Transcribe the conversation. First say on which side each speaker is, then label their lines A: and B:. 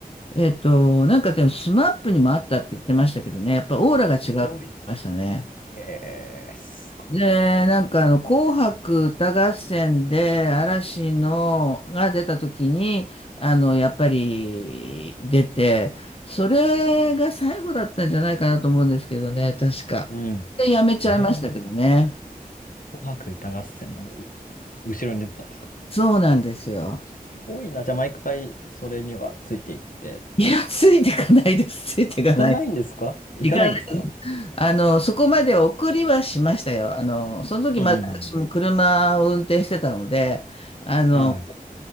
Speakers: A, on the left (about 40°); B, on the left (about 60°).
A: えっと、なんかでもスマップにもあったって言ってましたけどね、やっぱオーラが違うって言ってましたね。
B: すごいね。ええすごいな。
A: で、なんかあの、紅白歌合戦で嵐のが出た時に、あの、やっぱり出て、それが最後だったんじゃないかなと思うんですけどね、確か。
B: う
A: で、やめちゃいましたけどね。
B: ん。ええ紅白歌合戦のう後ろに出てたんですか
A: そうなんですよ。
B: すごいな。じゃあ毎回それにはついていって。
A: いや、ついてかないです。ついてかない。
B: 行かないんですか行かないんですか
A: 行かあの、そこまで送りはしましたよ。あの、その時まだ私も車を運転してたので、
B: うんうんうん。
A: あの、
B: は